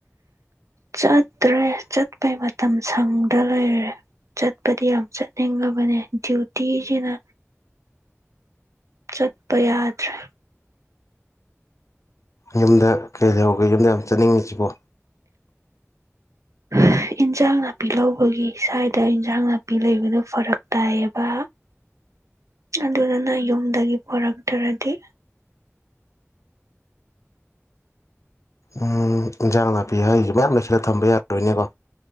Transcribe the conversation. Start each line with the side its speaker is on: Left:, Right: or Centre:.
Right: ꯆꯠꯇ꯭ꯔꯦ ꯆꯠꯄꯩ ꯃꯇꯝ ꯁꯪꯗ ꯂꯩꯔꯦ ꯆꯠꯄꯗꯤ ꯌꯥꯝ ꯆꯠꯅꯤꯡꯉꯕꯅꯦ ꯗ꯭ꯌꯨꯇꯤꯁꯤꯅ ꯆꯠꯄ ꯌꯥꯗ꯭ꯔꯦ
Left: ꯌꯨꯝꯗ ꯀꯩ ꯂꯩꯍꯧꯒꯦ ꯌꯨꯝꯗ ꯌꯥꯝ ꯆꯠꯅꯤꯡꯉꯤꯁꯤꯕꯣ
Right: <inaudible> ꯏꯟꯖꯥꯡ ꯅꯥꯄꯤ ꯂꯧꯕꯒꯤ ꯁ꯭ꯋꯥꯏꯗ ꯏꯟꯖꯥꯡ ꯅꯥꯄꯤ ꯂꯩꯕꯗꯨꯣ ꯐꯔꯛ ꯇꯥꯏꯌꯦꯕ ꯑꯗꯨꯗꯨꯅ ꯌꯨꯝꯗꯒꯤ ꯄꯨꯔꯛꯇ꯭ꯔꯗꯤ
Left: ꯎꯝ ꯏꯟꯖꯥꯡ ꯅꯥꯄꯤ ꯍꯥꯏꯔꯤꯁꯦ ꯃꯌꯥꯝ ꯂꯩꯁꯤꯜꯂ ꯊꯝꯕ ꯌꯥꯔꯔꯣꯏꯅꯦꯀꯣ